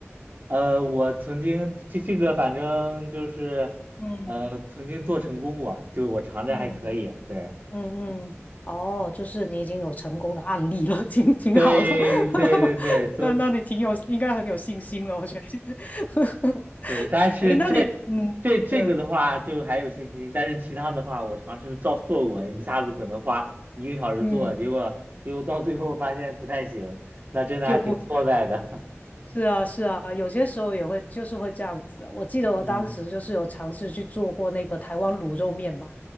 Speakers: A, on the right; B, on the left.
A: 呃，我曾经这这个反正就是，
B: 嗯
A: 呃，曾经做成功过，就我尝着还可以，
B: 嗯，
A: 对，
B: 嗯嗯，哦，就是你已经有成功的案例了，<laughs> 挺挺好的。
A: 对，
B: <laughs>
A: 对对对，所
B: 那那你挺有，应该很有信心了，我觉得。<laughs>
A: 对，但是这
B: 哎，那你，嗯嗯
A: 这这个的话就还有信心，但是其他的话我尝试做做过，一下子可能花一个小时做，
B: 嗯，
A: 结果结果到最后发现不太行，那真的还挺挫败的，
B: 就不。是啊，是啊，有些时候也会就是会这样子。我记得我当时就是有尝试去做过那个台湾卤肉面嘛，
A: <laughs> 嗯。